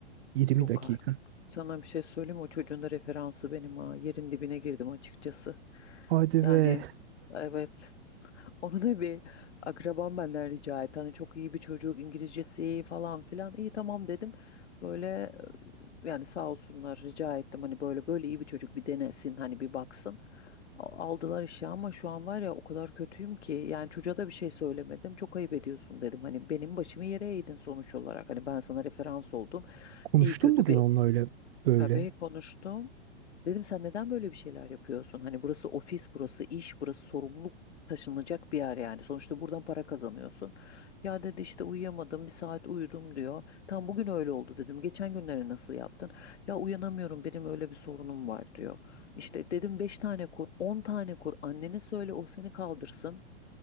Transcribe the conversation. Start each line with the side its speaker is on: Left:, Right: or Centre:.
Right: 20
Left: Yok
Right: dakika.
Left: artık. Sana bir şey söyleyeyim mi? O çocuğun da referansı benim ha. Yerin dibine girdim açıkçası.
Right: Hadi
Left: Yani
Right: ve
Left: evet. Onu da bir akrabam benden rica etti. Hani çok iyi bir çocuk İngilizcesi iyi falan filan. İyi tamam dedim. Böyle yani sağ olsunlar rica ettim hani böyle böyle iyi bir çocuk bir denesin hani bir baksın. A- Aldılar işe ama şu an var ya o kadar kötüyüm ki yani çocuğa da bir şey söylemedim. Çok ayıp ediyorsun dedim. Hani benim başımı yere eğdin sonuç olarak. Hani ben sana referans oldum.
Right: konuştum
Left: İyi kötü
Right: bugün
Left: bir
Right: onunla öyle böyle.
Left: tabii konuştum. Dedim sen neden böyle bir şeyler yapıyorsun? Hani burası ofis, burası iş, burası sorumluluk taşınacak bir yer yani. Sonuçta buradan para kazanıyorsun. Ya dedi işte uyuyamadım, bir saat uyudum diyor. Tam bugün öyle oldu dedim. Geçen günleri nasıl yaptın? Ya uyanamıyorum, benim öyle bir sorunum var diyor. İşte dedim beş tane kur, on tane kur. Annene söyle o seni kaldırsın.